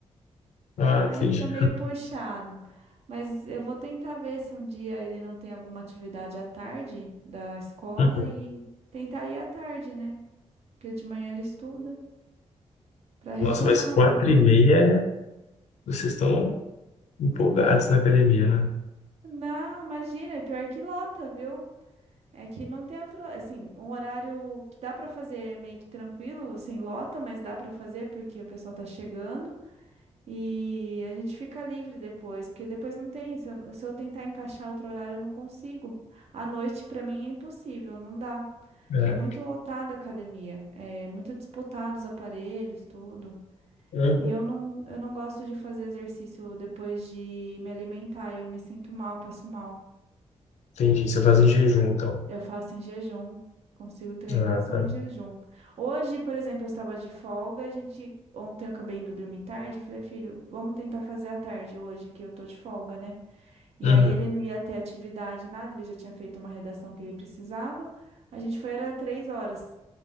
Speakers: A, on the left (about 75°); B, on the right (about 65°).
A: ah,
B: Aí
A: entendi.
B: fica meio puxado. Mas eu vou tentar ver se um dia ele não tem alguma atividade à tarde da escola
A: Uhum.
B: e tentar ir à tarde, né? Porque de manhã ele estuda para retomar,
A: Nossa, mas quatro
B: porque
A: e meia, é- vocês estão empolgados na academia,
B: não, imagina, é pior que lota, viu? É que não tem outro, assim, um horário que dá para fazer meio que tranquilo, sem lota, mas dá para fazer porque o pessoal tá chegando. E a gente fica livre depois, porque depois não tem. Se eu, se eu tentar encaixar outro horário, eu não consigo. À noite, para mim, é impossível, não dá.
A: né?
B: É muito lotada a academia, é muito disputado os aparelhos, tudo.
A: Uhum.
B: E eu não, eu não gosto de fazer exercício depois de me alimentar, eu me sinto mal, passo mal.
A: Entendi, você faz em jejum, então.
B: Eu faço em jejum, consigo treinar
A: Ah,
B: só
A: tá.
B: em jejum. Hoje, por exemplo, eu estava de folga, a gente ontem eu acabei indo dormir tarde, eu falei, filho, vamos tentar fazer à tarde hoje, que eu tô de folga, né? E
A: Uhum.
B: aí ele não ia ter atividade, nada, ele já tinha feito uma redação que ele precisava. A gente foi, era três horas.